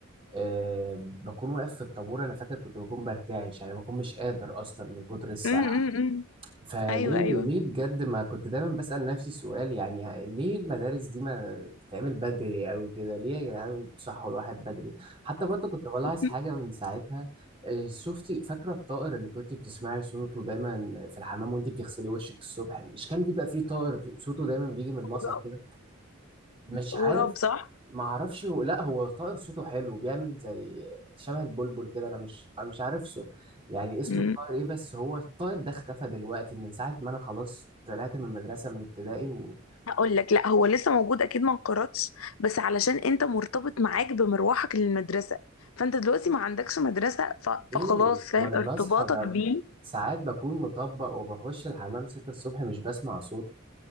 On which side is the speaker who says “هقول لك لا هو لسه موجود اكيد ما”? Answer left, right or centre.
Left